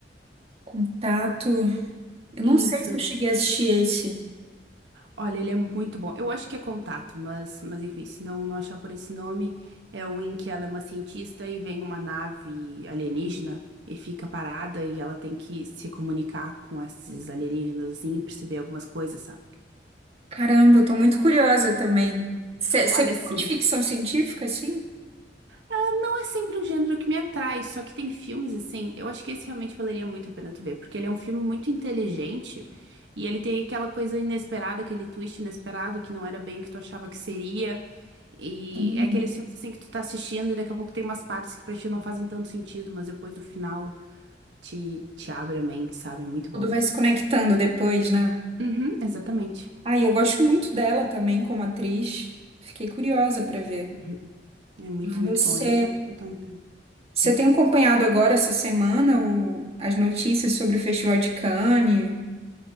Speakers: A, on the right; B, on the right.
A: Contato. Eu não
B: Isso.
A: sei se eu cheguei a assistir esse.
B: Olha, ele é muito bom. Eu acho que é Contato, mas, mas enfim, se não, não achar por esse nome, é o em que ela é uma cientista e vem uma nave alienígena e fica parada e ela tem que se comunicar com esses alienígenas assim e perceber algumas coisas, sabe?
A: Caramba, eu tô muito curiosa também. Você
B: Olha,
A: curte
B: assim.
A: ficção científica, assim?
B: Ela Não é sempre um gênero que me atrai, só que tem filmes assim. Eu acho que esse realmente valeria muito a pena tu ver, porque ele é um filme muito inteligente e ele tem aquela coisa inesperada, aquele twist inesperado que não era bem o que tu achava que seria. E
A: Sim.
B: é aqueles filmes assim que tu tá assistindo e daqui a pouco tem umas partes que pra ti não fazem tanto sentido, mas depois do final te, te abre a mente, sabe? É muito bom.
A: Tudo vai se conectando depois, né?
B: Uhum, exatamente.
A: Ah, e eu gosto muito dela também como atriz. Fiquei curiosa pra ver.
B: Uhum. É muito, muito
A: Você
B: bom. Ele já já tá um tempo.
A: Você
B: Hum.
A: tem acompanhado agora essa semana o- as notícias sobre o Festival de Cannes?